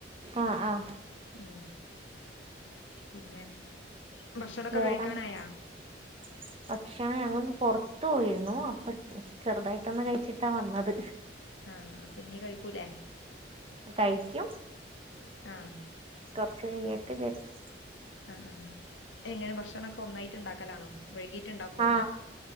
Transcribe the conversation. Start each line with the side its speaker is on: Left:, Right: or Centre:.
Right: ആഹ് ആഹ്
Left: ഉം പിന്നെ ഭക്ഷണൊക്കെ
Right: വേറെന്ത്
Left: കഴിക്കാനായാ?
Right: <inaudible> ഭക്ഷണം ഞങ്ങള് ഒന്ന് പുറത്ത് പോയിരുന്നു അപ്പൊ ചെറുതായിട്ടൊന്ന് കഴിച്ചിട്ടാ വന്നത്.
Left: ആന് ഇപ്പന്നീ കഴിക്കൂലേ?
Right: കഴിക്കും.
Left: ആഹ്
Right: കൊറച്ച് കെയ്യട്ടെ വിചാരിച്.
Left: ആഹ് ആഹ് എങ്ങനെ ഭക്ഷണൊക്കെ ഒന്നായിട്ട് ഇണ്ടാക്കലാണോ? വൈകീട്ട് ഇണ്ടാക്കോ
Right: ആഹ്